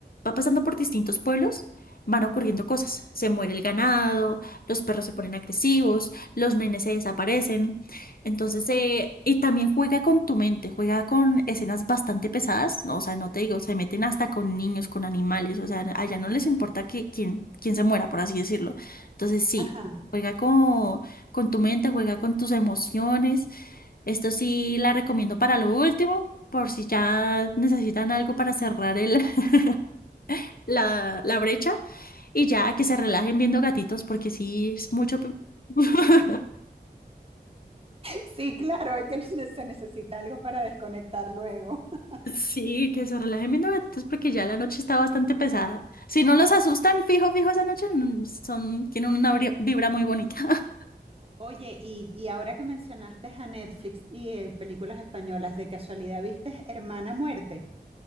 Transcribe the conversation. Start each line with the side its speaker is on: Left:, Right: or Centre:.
Left: va pasando por distintos pueblos, van ocurriendo cosas. Se muere el ganado, los perros se ponen agresivos, los nenes se desaparecen. Entonces, eh, y también juega con tu mente, juega con escenas bastante pesadas. ¿no? O sea, no te digo, se meten hasta con niños, con animales. O sea, allá no les importa que quién, quién se muera, por así decirlo. Entonces, sí,
Right: Ajá.
Left: juega con, con tu mente, juega con tus emociones. Esto sí la recomiendo para lo último, por si ya necesitan algo para cerrar el, <laughs> la, la brecha y ya que se relajen viendo gatitos, porque sí es mucho. pe- <laughs>
Right: Sí, claro, hay que se necesita algo para desconectar luego. <laughs>
Left: Sí, que se relajen viendo gatitos porque ya la noche está bastante pesada. Si no los asustan, fijo, fijo, esa noche mm, son, tienen una bri- vibra muy bonita. <laughs>
Right: Oye, y, y ahora que mencionaste a Netflix y eh, películas españolas, ¿de casualidad viste Hermana Muerte?